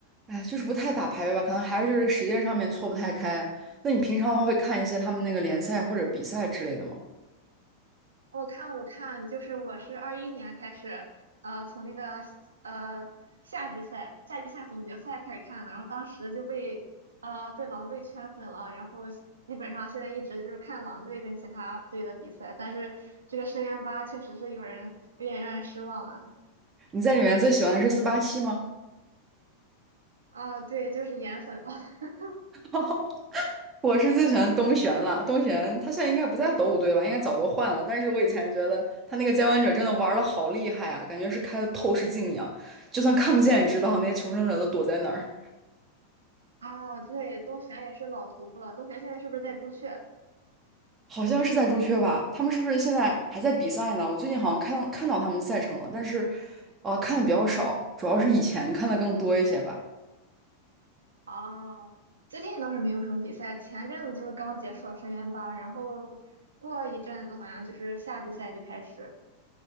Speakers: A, on the right; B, on the right.
A: 哎，就是不太打排位吧，可能还是就是时间上面错不太开。那你平常的话会看一些他们那个联赛或者比赛之类的吗？
B: <laughs> 我看，我看，就是我是二一年开始，呃，从那个呃夏季赛、夏季赛总决赛开始看的，然后当时就被呃被狼队圈粉了，然后基本上现在一直就是看狼队跟其他队的比赛，但是这个深渊八确实是有人有点让人失望了
A: 你在里面最喜欢的是四八七吗？
B: 啊，对，就是颜粉吧。<laughs>
A: <laughs> 我是最喜欢东玄了，东玄他现在应该不在斗五队吧，应该早都换了。但是我以前觉得他那个监管者真的玩的好厉害啊，感觉是开了透视镜一样，就算看不见也知道那些求生者都躲在哪儿。
B: 啊，对，东玄也是老屠夫了。东玄现在是不是在朱雀？
A: 好像是在朱雀吧？他们是不是现在还在比赛呢？我最近好像看到看到他们赛程了，但是，呃，看的比较少，主要是以前看的更多一些吧。
B: 啊，最近倒是没有什么比赛，前阵子就是刚结束了深渊八，然后过一阵子好像就是夏季赛就开始。